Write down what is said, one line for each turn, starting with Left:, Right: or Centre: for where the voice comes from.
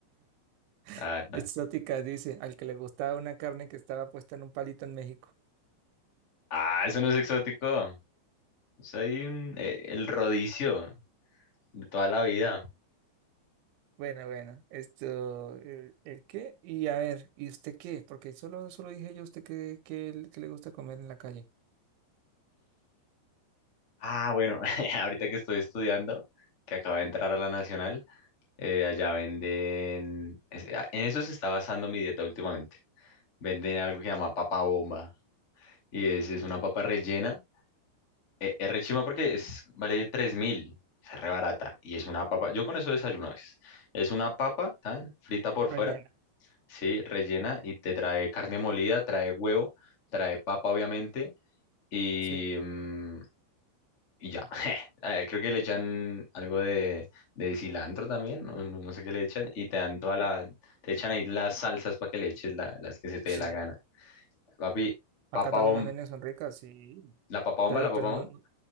Left: la
Right: <laughs>
Left: verdad.
Right: Exótica, dice, al que le gustaba una carne que estaba puesta en un palito en México.
Left: Ah, eso no es exótico. Es ahí un- eh, el rodicio de toda la vida.
Right: Bueno, bueno, esto, ¿el, el qué? Y a ver, ¿y usted qué? Porque solo, solo dije yo, ¿usted qué, qué, qué le gusta comer en la calle?
Left: Ah, bueno, <laughs> ahorita que estoy estudiando, que acabo de entrar a la Nacional, eh, allá venden, es- a- en eso se está basando mi dieta últimamente. Venden algo que se llama papa bomba y es, es una papa rellena. eh, es re chimba porque es, vale 3.000, es re barata y es una papa, yo con eso desayuno es, Es una papa tan frita por fuera,
Right: Rellena.
Left: sí, rellena y te trae carne molida, trae huevo, trae papa obviamente y,
Right: Sí,
Left: mm, Y ya, <laughs> Eh, creo que le echan algo de, de cilantro también, no, no- no sé qué le echan, y te dan toda la,
Right: Ah,
Left: te echan ahí las salsas para que le eches la- las que se te
Right: sí.
Left: dé la gana. Papi,
Right: Acá
Left: papa
Right: también
Left: bomba,
Right: las venden, son ricas, sí.
Left: la papa bomba,
Right: Pero,
Left: la papa
Right: pero
Left: bomba.
Right: no. no-